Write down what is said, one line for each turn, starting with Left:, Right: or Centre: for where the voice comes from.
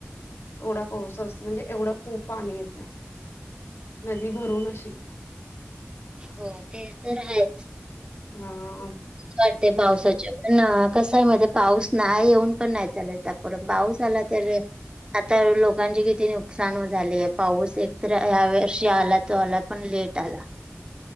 Left: एवढा पाऊस असतो म्हणजे एवढं खूप पाणी येतं. नदी भरून अशी.
Right: हो ते तर हायच.
Left: हा
Right: वाटते पावसाच्या पण कसय महीत पाऊस नाही येऊन पण नाही चालत पाऊस आला तर आता लोकांचे किती नुकसान झालेय पाऊस एकतर ह्या वर्षी आला तो आला पण लेट आला.